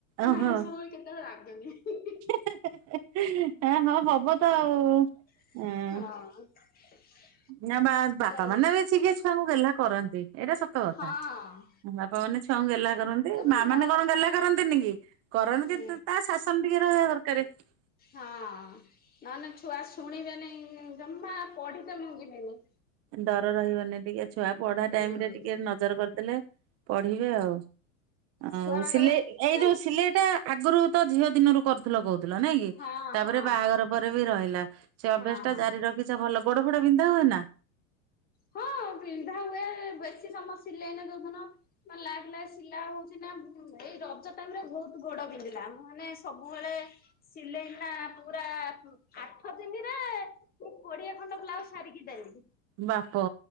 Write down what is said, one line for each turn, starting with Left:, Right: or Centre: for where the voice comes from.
Right: ଓହୋ।
Left: ଆଉ ସବୁବେଳେ କେତେବେଳେ ରାଗେନି। ହିଁ, ହିଁ, ହିଁ।
Right: <unintelligible> ହଁ, ହବ ତ ଆଉ।
Left: ହଁ।
Right: ହଁ ନା ବା, ବାପା
Left: ଆଉ
Right: ମାନେ ବିି <unintelligible> ଛୁଆଙ୍କୁ ଗେହ୍ଲା କରନ୍ତି, ଏଇଟା ସତ କଥା।
Left: ହଁ
Right: ବାପା ମାନେ ଛୁଆଙ୍କୁ ଗେହ୍ଲା କରନ୍ତି,
Left: କହିବେ
Right: ମା
Left: ମୋ
Right: ମାନେ କଣ ଗେହ୍ଲା କରନ୍ତିନି କି? <inaudible> ତା
Left: ହୁଁ
Right: ଶାସନ୍ ଟିକେ ରହିବା ଦରକାରେ।
Left: ହଁ। ନନେ, ଛୁଆ ଶୁଣିବେନି ଜମା, ପଢିତେ ମଂଗିବେନି।
Right: ଡର ରହିବନି ଟିକେ। ଛୁଆ ପଢା
Left: ହୁଁ
Right: ଟାଇମ୍ ରେ ଟିକେ ନଜର କରି ଦେଲେ ପଢିବେ ଆଉ। ଆଉ
Left: ଛୁଆ ବା
Right: ସିଲେଇ,
Left: କହିବେ
Right: ଏଇ
Left: ତ
Right: ଯୋଉ ସିଲେଇଟା ଆଗୁରୁ ତ ଝିଅ ଦିନରୁ କରଥୁଲ, କହୁଥିଲ ନାହିଁ କି?
Left: ହଁ
Right: ତାପରେ
Left: ହଁ
Right: ବାହାଘର ପରେ ବି ରହିଲା। ସେ ଅଭ୍ୟାସ୍
Left: ହଁ
Right: ଟା ଜାରି ରଖିଚ, ଭଲ। ଗୋଡ ଫୋଡ ବିନ୍ଧା ହୁଏନା?
Left: ହଁ, ବିନ୍ଧା ହୁଏ। ବେଶୀ ସମୟ ସିଲେଇ ହୁଏ ଯୋଉଦିନ ଲାଗ୍ ଲାଗ୍ ସିଲା ହଉଚି ନା? ଉମ୍ ଏଇ ରଜ ଟାଇମ୍ ରେ ବହୁତ ଗୋଡୋ ବିନ୍ଧିଲା, ମାନେ ସବୁବେଳେ ସିଲେଇ ନା, ପୁରା ପୁ ଆଠ ଦିନିରେ ମୁଁ କୋଡ଼ିଏ ଖଣ୍ଡ ବ୍ଲାଉଜ୍ ସାରିକି ଡେଲି।
Right: ବାପ,